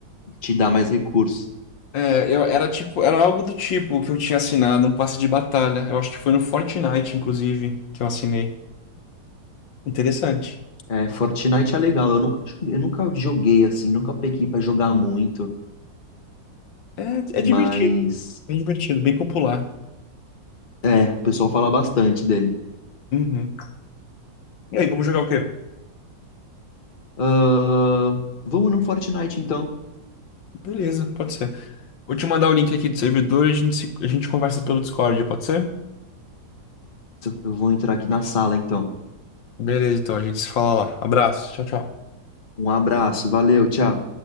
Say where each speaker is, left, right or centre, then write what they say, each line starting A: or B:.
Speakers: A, on the left; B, on the left.
A: te dá mais recursos.
B: É, eu, era tipo, era algo do tipo que eu tinha assinado, um passe de batalha. Eu acho que foi no Fortnite, inclusive, que eu assinei. Interessante.
A: É, Fortnite é legal, eu nunca, jo- eu nunca joguei assim, nunca peguei pra jogar muito,
B: É,
A: mas
B: é divertido, é divertido, bem popular.
A: é, o pessoal fala bastante dele.
B: Uhum. E aí, vamos jogar o quê?
A: Ahn, vamos no Fortnite então.
B: Beleza, pode ser. Vou te mandar o link aqui do servidor e a gente, se- a gente conversa pelo Discord, pode ser?
A: Eu vou entrar aqui na sala, então.
B: Beleza, então, a gente se fala lá. Abraço, tchau, tchau.
A: Um abraço, valeu, tchau.